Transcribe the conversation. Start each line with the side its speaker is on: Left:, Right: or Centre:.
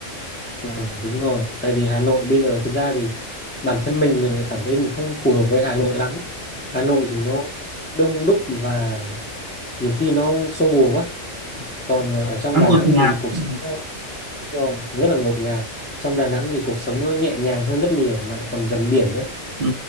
Left: Ờ, đúng rồi, tại vì Hà Nội bây giờ thực ra thì bản thân mình mình lại cảm thấy mình không phù hợp với Hà Nội lắm. Hà Nội thì nó đông đúc và nhiều khi nó xô bồ quá
Right: Ừ.
Left: còn ờ, ở trong
Right: khá
Left: Đà
Right: ngột
Left: Nẵng
Right: ngạt
Left: thì cuộc
Right: ừ.
Left: sống nó đúng rồi, rất là ngột ngạt trong Đà Nẵng thì cuộc sống nó nhẹ nhàng hơn rất nhiều mà lại còn gần biển nữa
Right: Ừ.